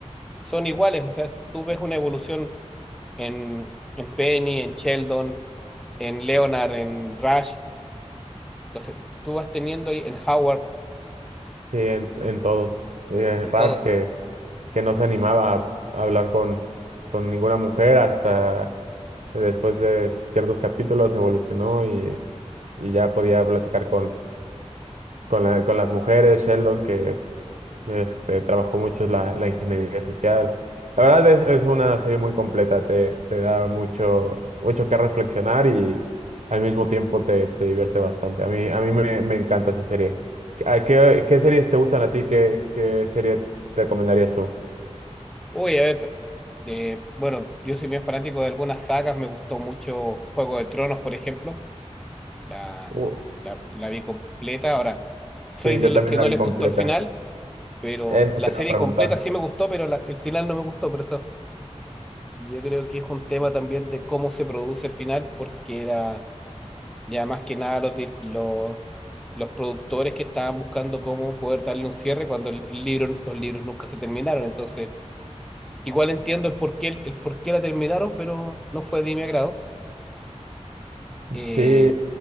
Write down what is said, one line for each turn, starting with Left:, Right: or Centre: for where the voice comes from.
Centre: son iguales, o sea, tú ves una evolución en, en Penny, en Sheldon, en Leonard, en Rush, entonces tú vas teniendo ahí en Howard,
Right: Sí, en, en todos. Eh,
Centre: en
Right: Raj
Centre: todos.
Right: que, que no se animaba a a hablar con, con ninguna mujer hasta después de ciertos capítulos evolucionó y, y ya podía platicar con, con, la- con las mujeres. Sheldon que Este, trabajó mucho la, la ingeniería social. La verdad es, es una serie muy completa, te, te da mucho, mucho que reflexionar y al mismo tiempo te, te divierte bastante. A mí, a mí me, me encanta esa serie. ¿A ¿Qué, qué series te gustan a ti? ¿Qué, qué serie te recomendarías tú?
Centre: Uy, a ver, eh, bueno, yo soy bien fanático de algunas sagas, me gustó mucho Juego de Tronos, por ejemplo La,
Right: Uh,
Centre: la, la vi completa. Ahora, soy
Right: Sí,
Centre: de
Right: yo también
Centre: los que
Right: la
Centre: no
Right: vi
Centre: les
Right: completa.
Centre: gustó el final, pero
Right: Eso
Centre: la
Right: te
Centre: serie
Right: iba a preguntar.
Centre: completa sí me gustó, pero la- el final no me gustó. Por eso yo creo que es un tema también de cómo se produce el final, porque era ya más que nada los, dir- los, los productores que estaban buscando cómo poder darle un cierre cuando el, el libro, los libros nunca se terminaron. Entonces, igual entiendo el por qué, el por qué la terminaron, pero no fue de mi agrado. Eh,
Right: Sí,